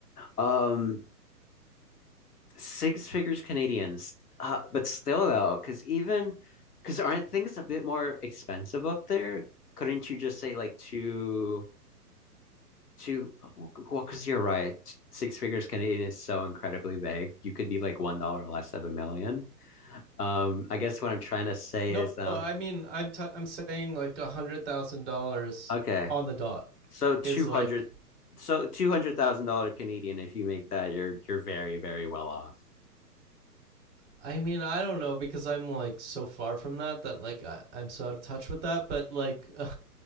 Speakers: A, on the left (about 65°); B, on the right (about 45°).
A: Um, six figures Canadians, uh, but still though, because even because aren't things a bit more expensive up there? Couldn't you just say like two, two? Well, because you're right, six figures Canadian is so incredibly vague. You could be like one dollar less of a million. Um, I guess what I'm trying to say
B: No,
A: is, um,
B: I mean I'm t- I'm saying like a hundred thousand dollars
A: okay,
B: on the dot
A: so two
B: is like
A: hundred, so two hundred thousand dollar Canadian. If you make that, you're you're very very well off.
B: I mean I don't know because I'm like so far from that that like I, I'm so out of touch with that. But like, <laughs>